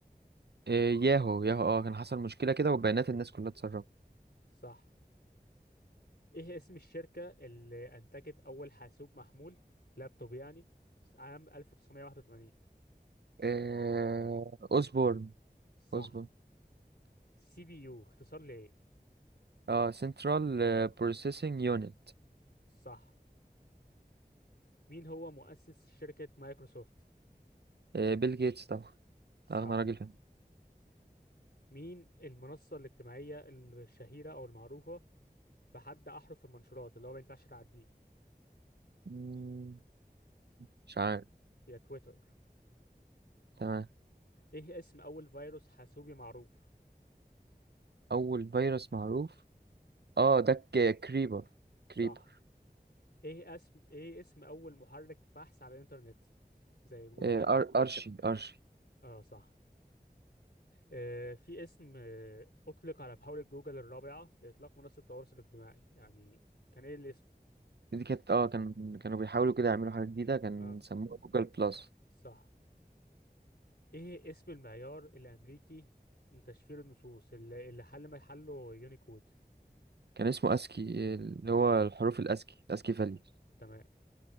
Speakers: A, on the right; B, on the left.
A: <laughs> آه ياهو ياهو اه كان حصل مشكلة كده وبيانات الناس كلها اتسربت
B: صح ايه اسم الشركه اللي انتجت اول حاسوب محمول لابتوب يعني عام 1981
A: آه اوسبورن
B: صح
A: اوسبورن
B: سي بي يو اختصار لايه
A: اه سنترال بروسيسنج يونت
B: صح مين هو مؤسس شركه مايكروسوفت
A: آه، بيل جيتس طبعا
B: صح
A: أغنى راجل في
B: مين المنصة الاجتماعية الشهيرة أو المعروفة بحد أحرف المنشورات اللي هو ما ينفعش تعديه
A: مم، مش عارف
B: هي تويتر
A: تمام
B: إيه اسم أول فيروس حاسوبي معروف
A: أول فيروس معروف اه ده ك- كريبر
B: صح
A: كريبر
B: إيه اسم إيه اسم أول محرك بحث على الإنترنت زي جوجل
A: آه،
B: كده
A: أر
B: وكده
A: أرشي أرشي
B: آه صح آه في اسم آه أطلق على محاولة جوجل الرابعة لإطلاق منصة التواصل الاجتماعي يعني كان إيه الاسم
A: دي كانت اه كان كانوا بيحاولوا كده يعملوا حاجة جديدة كان
B: آه
A: سموه جوجل بلس
B: صح إيه اسم المعيار الأمريكي لتشفير النصوص اللي, اللي حل ما يحله يونيكود
A: كان اسمه أسكي آه، اللي هو الحروف الأسكي أسكي فاليو
B: تمام